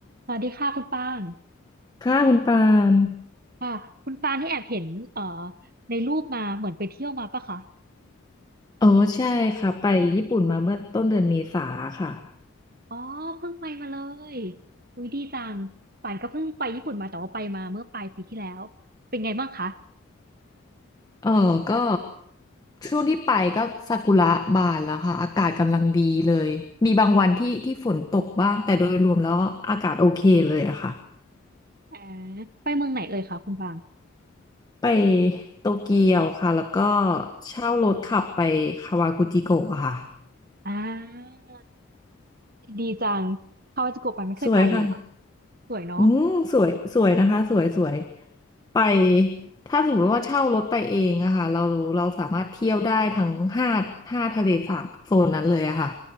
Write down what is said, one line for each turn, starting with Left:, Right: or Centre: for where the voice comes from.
Right: สวัสดีค่ะคุณปาง
Left: ค่ะคุณปาน
Right: ค่ะคุณปางที่แอบเห็นเอ่อในรูปมาเหมือนไปเที่ยวมาปะคะ
Left: เออใช่ค่ะไปญี่ปุ่นมาเมื่อต้นเดือนเมษาค่ะ
Right: อ๋อเพิ่งไปมาเลยอุ้ยดีจังป่านก็เพิ่งไปญี่ปุ่นมาแต่ว่าไปมาเมื่อปลายปีที่แล้วเป็นไงบ้างคะ
Left: เออก็ช่วงที่ไปก็ซากุระบานแล้วค่ะอากาศกำลังดีเลยมีบางวันที่ที่ฝนตกบ้างแต่โดยรวมแล้วอากาศโอเคเลยอะค่ะ
Right: แอมไปเมืองไหนเอ่ยคะคุณปาง
Left: ไปโตเกียวค่ะแล้วก็เช่ารถขับไปคาวากุจิโกะอะค่ะ
Right: อ่าดีจังคาวาจิโกะป่านไม่เคยไปเลยอ่ะ
Left: สวยค่ะ
Right: สวยเนาะ
Left: อืมสวยสวยนะคะสวยสวยไปถ้าสมมติว่าเช่ารถไปเองอะค่ะเราเราสามารถเที่ยวได้ทั้งห้าห้าทะเลสาบโซนนั้นเลยอะค่ะ